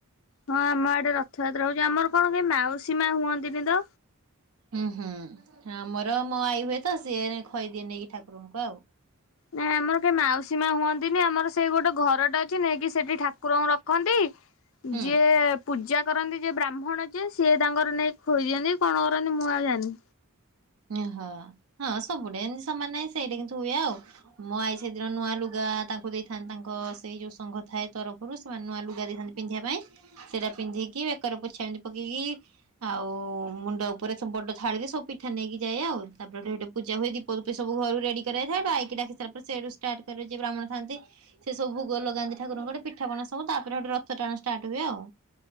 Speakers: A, on the left; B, on the right.
A: ହଁ ଆମ ଆଡେ ରଥଯାତ୍ରା ହଉଛି ଆମର କଣ କେ ମାଉସୀ ମା ହୁଅନ୍ତିନି ତ
B: ହୁଁ ହୁଁ ଆମର ମୋ ଆଈ ହୁଏ ତ ସିଏ ନେ ଖୋଇଦିଏ ନେଇକି ଠାକୁରଙ୍କୁ ଆଉ
A: ନାଇଁ ଆମର କେହି ମାଉସୀ ମା ହୁଅନ୍ତିନି ଆମର ସେଇ ଗୋଟେ ଘରଟା ଅଛି ନେଇକି ସେଠି ଠାକୁରଙ୍କୁ ରଖନ୍ତି
B: ହୁଁ।
A: ଯିଏ ପୂଜା କରନ୍ତି ଯେ ବ୍ରାହ୍ମଣ ଯିଏ ସିଏ ତାଙ୍କର ନେଇ ଖୋଇ ଦିଅନ୍ତି କଣ କରନ୍ତି ମୁଁ ଆଉ ଜାଣିନି।
B: ଓହୋଃ ହଁ ସବୁଠି ଏମିତି ସମାନ ନାହିଁ ସେଇଟା କିନ୍ତୁ ହୁଏ ଆଉ ମୋ ଆଈ ସେଦିନ ନୂଆ ଲୁଗା ତାଙ୍କୁ ଦେଇଥାନ୍ତି ତାଙ୍କ ସେଇ ଯୋଉ ସଙ୍ଘ ଥାଏ ତରଫରୁ ସେମାନେ ନୂଆ ଲୁଗା ଦେଇଥାନ୍ତି ପିନ୍ଧିବା ପାଇଁ ସେଇଟା ପିନ୍ଧିକି ବେକରେ ପୋଛାମିତି ପକେଇକି ଆଉ ମୁଣ୍ଡ ଉପରେ ବୁ ବଡ ଥାଳିରେ ସବୁ ପିଠ୍ ପଠା ନେଇକି ଯାଏ ଆଉ, ତାପରେ ଗୋଟେ ସେଠି ପୂଜା ହୁଏ ଦୀପଫୀପ ସବୁ ଘରୁ ରେଡି କରାହେଇଥାଏ ସେଇଠୁ ଆଈକି ଡାକିସାରିଲା ପରେ ସେଇଠୁ ଷ୍ଟାର୍ଟ କରେ ଯିଏ ବ୍ରାହ୍ମଣ ଥାନ୍ତି ସେ ସବୁ ଭୋଗ ଲଗାନ୍ତି ଠକୁରଙ୍କ ଆଡେ ପିଠାପଣା ସବୁ ତାପରେ ରଥ ଟାଣ ଷ୍ଟାର୍ଟ ହୁଏ ଆଉ